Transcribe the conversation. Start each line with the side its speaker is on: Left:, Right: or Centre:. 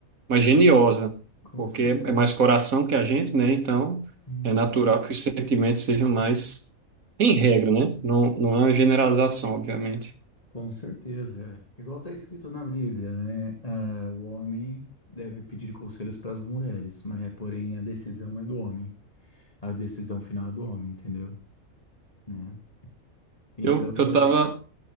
Right: mais geniosa,
Left: Com
Right: porque
Left: certeza.
Right: é mais coração que a gente, né? Então
Left: Uhum.
Right: é natural que os sentimentos sejam mais em regra, né? Não, não é uma generalização, obviamente.
Left: Com certeza, é. Igual está escrito na Bíblia, né? Ah, o homem deve pedir conselhos para as mulheres, mas é, porém a decisão é do homem. A decisão final é do homem, entendeu? Né? Então,
Right: Eu, eu tava,
Left: e-